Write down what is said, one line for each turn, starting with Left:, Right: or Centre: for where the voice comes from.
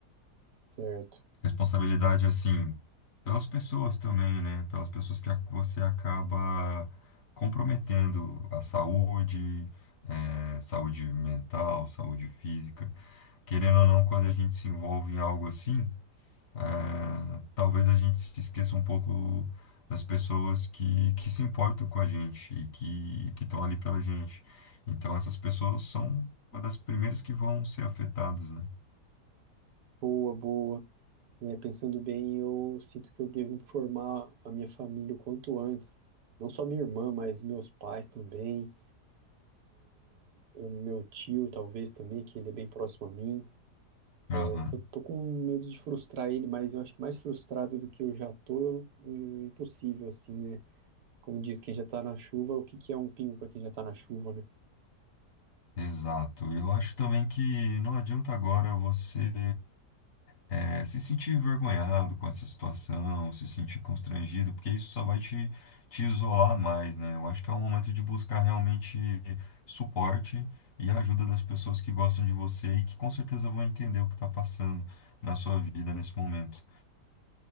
Right: Certo.
Left: Responsabilidade, assim, pelas pessoas também, né? Pelas pessoas que a- você acaba comprometendo a saúde, eh, saúde mental, saúde física. Querendo ou não, quando a gente se envolve em algo assim, é, talvez a gente se esqueça um pouco das pessoas que, que se importam com a gente e que que estão ali pela gente. Então, essas pessoas são uma das primeiras que vão ser afetadas, né?
Right: Boa, boa. É, pensando bem, eu sinto que eu devo informar a minha família o quanto antes. Não só minha irmã, mas meus pais também, eu- meu tio talvez também, que ele é bem próximo a mim.
Left: Aham,
Right: Eu só tô com medo de frustrar ele, mas eu acho que mais frustrado do que eu já tô, eu, é impossível, assim, né? Como diz, quem já tá na chuva, o que que é um pingo pra quem já tá na chuva, né?
Left: exato. Eu acho também que não adianta agora você É, se sentir envergonhado com essa situação, se sentir constrangido, porque isso só vai te, te isolar mais, né? Eu acho que é um momento de buscar realmente suporte e a ajuda das pessoas que gostam de você e que com certeza vão entender o que está passando na sua vida nesse momento.